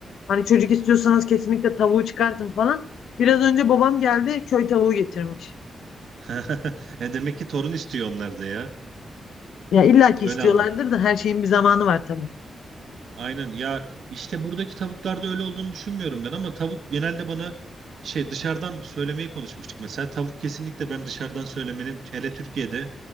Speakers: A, on the left; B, on the right.
A: Hani çocuk istiyorsanız kesinlikle tavuğu çıkartın falan. Biraz önce babam geldi köy tavuğu getirmiş.
B: <laughs> E Demek ki torun istiyor onlar da ya.
A: Ya illa ki
B: Öyle
A: istiyorlardır
B: anladım.
A: da her şeyin bir zamanı var tabii.
B: Aynen ya işte buradaki tavuklarda öyle olduğunu düşünmüyorum ben ama tavuk genelde bana şey dışarıdan söylemeyi konuşmuştuk mesela. Tavuk kesinlikle ben dışarıdan söylemenin hele Türkiye'de